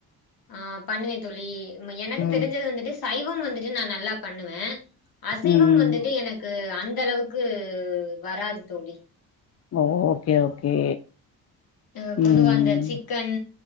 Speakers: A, on the left; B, on the left.
A: ஆ பண்ணுவே தோழி எனக்கு
B: ம்
A: தெரிஞ்சது வந்துட்டு சைவம் வந்துட்டு நா நல்லா பண்ணுவே அசைவம்
B: ம்
A: வந்துட்டு எனக் கு அந்த அளவுக்கு வராது தோழி
B: ஓ ஓகே ஓகே
A: அ பொதுவா
B: ம்
A: அந்த சிக்கன்